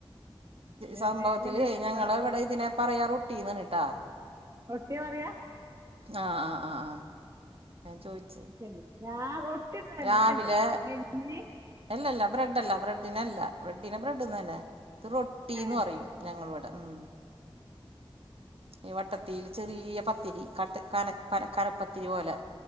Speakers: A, on the right; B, on the right.
A: പിന്നെ
B: സംഭവത്തില്
A: തേങ്ങ
B: ഞങ്ങള് ഇവിടെ ഇതിനെ പറയാ റൊട്ടിന്നാണിട്ടാ
A: റൊട്ടി പറയാ
B: ആഹ് ആഹ് ആഹ് ആഹ് ഞാൻ ചോദിച്ചത്
A: ശരി ഞാൻ റൊട്ടി ബ്രെഡ്
B: രാവിലെ
A: അല്ലേ ബെന്നി
B: അല്ലല്ല ബ്രെഡ്ല്ല ബ്രെഡിനല്ല ബ്രെഡിനെ ബ്രെഡ്ന്ന് തന്നെ ഇത് റൊട്ടിന്ന്
A: ഏ
B: പറയും ഞങ്ങളിവിടെ ഉം ഈ വട്ടത്തില് ചെറിയ പത്തിരി കന കന കനപ്പത്തിരി പോലെ